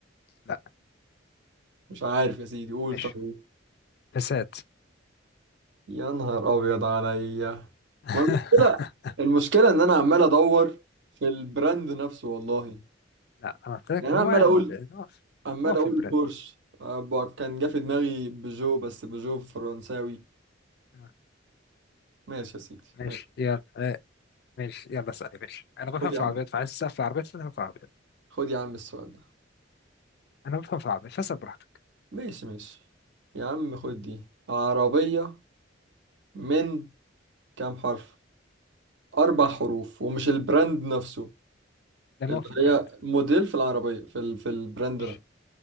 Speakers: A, on the left; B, on the right.
A: لا
B: مش عارف يا سيدي قول
A: ماشي
B: طيب
A: فسات
B: يا نهار ابيض عليا
A: <laughs>
B: ما المشكلة المشكلة ان انا عمال ادور في البراند نفسه والله
A: لا انا قلت لك
B: يعني
A: نوع
B: انا عمال
A: ال...
B: اقول
A: نوع في...
B: عمال
A: نوع في
B: اقول
A: البرد
B: بورش آه، ب- كان جه في دماغي بيجو بس بيجو فرنساوي
A: آه،
B: ماشي يا سيدي
A: ماشي
B: ماشي
A: يلا آه، ماشي يلا اسالي ماشي انا بفهم
B: خد
A: في
B: يا عم
A: العربيات فعايز تسال في العربيات فاسال في العربيات
B: خد يا عم السؤال ده
A: انا بفهم في العربيات فاسال براحتك
B: ماشي ماشي يا عم خد دي عربية من كام حرف أربع حروف ومش البراند نفسه
A: ده نوع
B: اللي
A: في البراند
B: هي موديل في العربية في ال... في البراند
A: ماشي
B: ده